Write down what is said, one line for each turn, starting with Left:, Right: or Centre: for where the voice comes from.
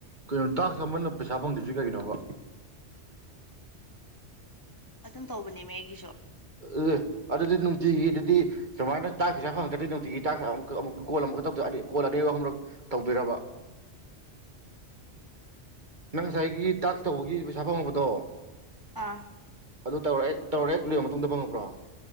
Right: ꯀꯣ ꯇ ꯁꯝꯕꯅ ꯄꯩꯁꯥ ꯐꯪꯗ꯭ꯁꯤ ꯀꯩꯒꯤꯅꯣꯕ
Left: ꯑꯗꯨꯝ ꯇꯧꯕꯅꯦ ꯃ ꯑꯩꯒꯤꯁꯨ
Right: ꯑꯦ ꯑꯗꯨꯗꯤ ꯅꯨꯡꯇꯤꯒꯤ ꯑꯗꯨꯗꯤ ꯁꯨꯃꯥꯏꯅ ꯇꯥꯛ ꯄꯩꯁꯥ ꯐꯪꯉꯛꯇ꯭ꯔꯗꯤ ꯅꯨꯡꯇꯤꯒꯤ ꯇꯥꯛ ꯑꯃꯨꯛ ꯑꯃꯨꯛ ꯀꯣꯜ ꯑꯃꯨꯛꯀ ꯀꯣꯜ ꯑꯅꯤ ꯑꯍꯨꯝꯂꯛ ꯇꯧꯗꯣꯏꯔꯕ ꯅꯪ ꯉꯁꯥꯏꯒꯤ ꯇꯥꯛ ꯇꯧꯕꯒꯤ ꯄꯩꯁꯥ ꯐꯪꯉꯛꯄꯗꯣ
Left: ꯑꯥ
Right: ꯑꯗꯨ ꯇꯧꯔꯦ ꯇꯧꯔꯦ ꯏ ꯃꯇꯨꯡꯗ ꯐꯪꯉꯄ꯭ꯔꯥ